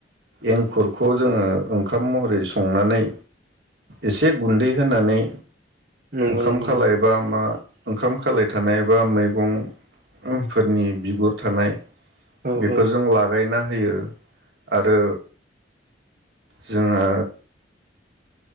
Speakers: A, on the right; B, on the right.
A: एंखुरखौ जोङो ओंखाम महरै संनानै एसे गुन्दै होनानै
B: नंगौ
A: ओंखाम
B: नंगौ
A: खालायबा
B: नंगौ
A: मा ओंखाम खालाय थानाय बा मैगंफोरनि बिगुर थानाय
B: औ
A: बेफोरजों
B: औ
A: लागायना होयो। आरो जोङो